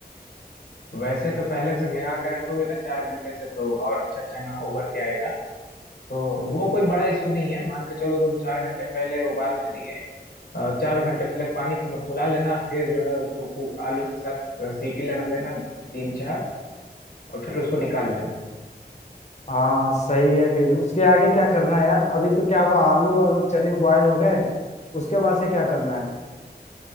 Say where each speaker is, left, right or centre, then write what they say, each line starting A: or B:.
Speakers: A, on the left (about 70°); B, on the left (about 40°).
A: है। वैसे तो पहले से भिगा के रखोगे ना चार घंटे से तो और अच्छा चना उबर के आएगा तो वो कोई बड़ा इशू नहीं है मान के चलो तुम चार घंटे पहले उबाल भी दिए अ, चार घंटे पहले पानी में फुला लेना फिर जो है उसको कु- आलू के साथ अ, सीटी लगा लेना तीन चार और फिर उसको निकाल लेना
B: हाँ सही है फिर उसके आगे क्या करना है यार अभी तो क्या हुआ आलू और चने बॉयल हो गए उसके बाद से क्या करना है